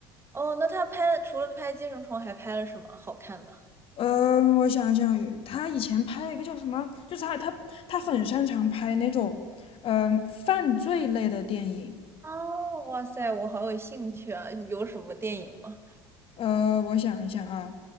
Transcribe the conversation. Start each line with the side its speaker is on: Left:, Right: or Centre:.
Right: 哦，那他拍了除了拍《寄生虫》，还拍了什么好看的？
Left: 嗯，我想想，他以前拍了一个叫什么，就是他他他很擅长拍那种嗯犯罪类的电影。
Right: 哦，哇塞，我好有兴趣啊！有什么电影吗？
Left: 呃，我想一想啊，